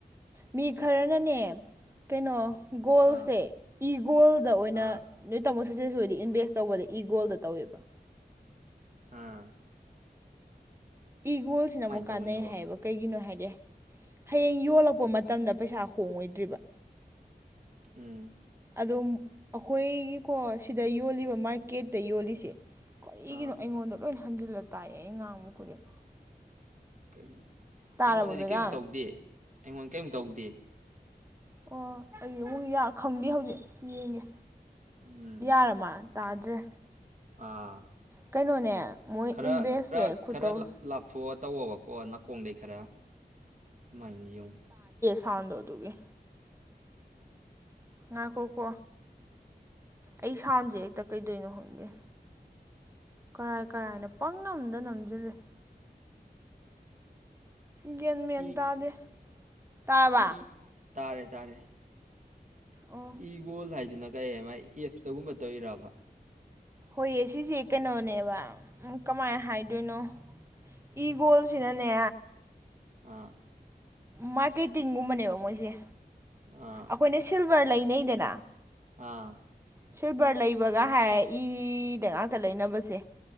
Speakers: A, on the right; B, on the right.
A: ꯃꯤ ꯈꯔꯅꯅꯦ ꯀꯩꯅꯣ ꯒꯣꯜꯁꯦ
B: ꯑꯥ
A: ꯏ ꯒꯣꯜꯗ ꯑꯣꯏꯅ
B: ꯑꯥ
A: ꯅꯣꯏ ꯇꯥꯃꯣ ꯁꯛꯁꯦꯁ ꯑꯣꯏꯗꯤ ꯏꯟꯚꯦꯁ ꯇꯧꯕꯗ ꯏꯒꯣꯜꯗ ꯇꯧꯋꯦꯕ꯫
B: ꯎꯝ
A: ꯏꯒꯣꯜꯁꯤꯅ ꯑꯃꯨꯛ
B: ꯇꯧꯔꯤꯅꯣꯕ
A: ꯀꯥꯟꯅꯩ ꯍꯥꯏꯌꯦꯕ ꯀꯩꯒꯤꯅꯣ ꯍꯥꯏꯗꯤ ꯍꯌꯦꯡ ꯌꯣꯜꯂꯛꯄ
B: ꯎꯝ
A: ꯃꯇꯝꯗ ꯄꯩꯁꯥ ꯍꯣꯡꯉꯣꯏꯗ꯭ꯔꯤꯕ꯫
B: ꯎꯝ
A: ꯑꯗꯨꯝ ꯑꯩꯈꯣꯏꯒꯤꯀꯣ ꯁꯤꯗ ꯌꯣꯜꯂꯤꯕ ꯃꯥꯔꯀꯦꯠꯇ ꯌꯣꯜꯂꯤꯁꯤ ꯀꯔꯤꯒꯤꯅꯣ
B: ꯑꯥ
A: ꯑꯩꯉꯣꯟꯗ ꯂꯣꯏꯅ ꯍꯟꯖꯤꯜꯂꯛ ꯇꯥꯛꯑꯦ ꯑꯩꯉꯥꯡꯕ ꯈꯨꯗꯤꯡ꯫
B: ꯀꯩ?
A: ꯇꯥꯔꯕ
B: ꯑꯩꯉꯣꯟꯗꯗꯤ
A: ꯃꯦꯒꯥꯝ
B: ꯀꯦꯝ ꯇꯧꯗꯦ ꯑꯩꯉꯣꯟ ꯀ꯭ꯌꯝ ꯇꯧꯗꯦ꯫
A: ꯑꯣ ꯑꯩ ꯑꯃꯨꯛ ꯌꯥ ꯈꯪꯗꯦ ꯍꯧꯖꯤꯛ ꯌꯦꯡꯒꯦ
B: ꯎꯝ
A: ꯌꯥꯔꯃꯥꯟ ꯇꯥꯗ꯭ꯔꯦ
B: ꯑꯥ꯫
A: ꯀꯩꯅꯣꯅꯦ ꯃꯣꯏ
B: ꯈꯔ
A: ꯏꯟꯚꯦꯁꯁꯦ
B: ꯈꯔ
A: ꯈꯨꯇꯧ
B: ꯈꯔ ꯂꯥꯞꯊꯣꯛꯑ ꯇꯧꯋꯣꯕꯀꯣ ꯅꯥꯀꯣꯡꯗꯩ ꯈꯔ ꯃꯥꯏꯅꯤꯌꯣꯡ
A: ꯊꯥꯟꯗꯣ ꯑꯗꯨꯒꯤ ꯉꯥꯏꯈꯣꯀꯣ ꯑꯩ ꯁꯥꯎꯟꯖꯦ ꯍꯦꯛꯇ ꯀꯩꯗꯧꯏꯅꯣ ꯈꯪꯗꯦ ꯀꯔꯥꯏ -ꯀꯔꯥꯏꯅ ꯄꯪ ꯅꯝꯗ ꯅꯝꯖꯤꯜꯂꯦ ꯒ꯭ꯌꯥꯟ ꯃꯦꯟ
B: ꯏ
A: ꯇꯥꯗꯦ ꯇꯥꯔꯕ
B: ꯏ ꯇꯥꯔꯦ -ꯇꯥꯔꯦ
A: ꯑꯣ
B: ꯏꯒꯣꯜ ꯍꯥꯏꯗꯨꯅ ꯀꯩ ꯃꯥꯥꯏ ꯑꯦꯐꯁꯇꯒꯨꯝꯕ ꯇꯧꯔꯤꯔꯕ
A: ꯍꯣꯏꯌꯦ ꯁꯤꯁꯦ ꯀꯩꯅꯣꯅꯦꯕ ꯀꯃꯥꯏꯅ ꯍꯥꯏꯗꯣꯏꯅꯣ ꯏꯒꯣꯜꯁꯤꯅꯅꯦ
B: ꯑꯥ꯫
A: ꯃ ꯃꯥꯔꯀꯦꯠꯇꯤꯡ ꯒꯨꯝꯕꯅꯦꯕ ꯃꯣꯏꯖꯦ
B: ꯑꯥ
A: ꯑꯈꯣꯏꯅ ꯁꯤꯜꯚꯔ ꯂꯩꯅꯩꯗꯅꯥ
B: ꯑꯥ
A: ꯁꯤꯜꯚꯔ ꯂꯩꯕꯒ ꯍꯥꯏꯔ ꯏ ꯗ ꯉꯥꯛꯇ ꯂꯩꯅꯕꯁꯦ